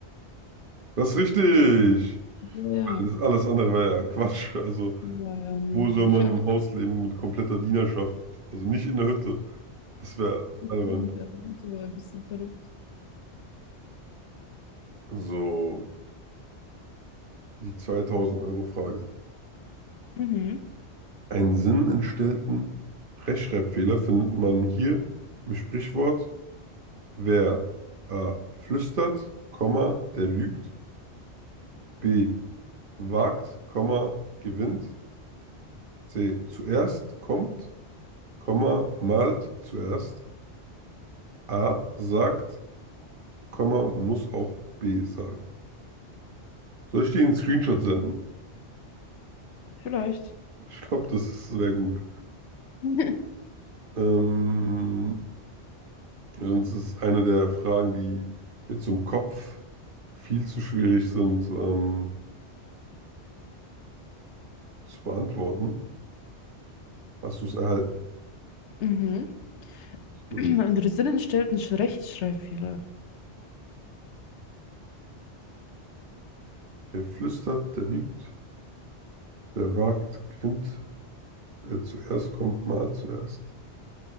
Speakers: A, on the right; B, on the left.
A: Das ist richtig.
B: Ja,
A: Alles,
B: ja,
A: alles andere war ja Quatsch. Also,
B: ja, nee.
A: wo soll
B: Ich
A: man
B: wäre.
A: im
B: <laughs>
A: Haus leben mit kompletter Dienerschaft? Also nicht in der Hütte. Das wäre albern.
B: Stimmt, ja. Das wäre ein bisschen verrückt.
A: So, die 2000-Euro-Frage.
B: Mhm,
A: Einen sinnentstellten Rechtschreibfehler findet man hier im Sprichwort, wer A. flüstert, Komma, der lügt, B. wagt, Komma, gewinnt, C. zuerst kommt Komma malt zuerst. A sagt, Komma muss auch B sagen. Soll ich dir einen Screenshot senden?
B: vielleicht.
A: Ich glaube, das wäre gut.
B: <laughs>
A: Ähm, sonst ist es eine der Fragen, die jetzt im Kopf viel zu schwierig sind ähm, zu beantworten. Hast du es erhalten?
B: Mhm.
A: Das ist
B: <clears throat>
A: gut.
B: Ein Drinnen stellt einen Rechtschreibfehler.
A: Wer flüstert, der lügt. Wer wagt, gewinnt. Wer zuerst kommt, malt zuerst.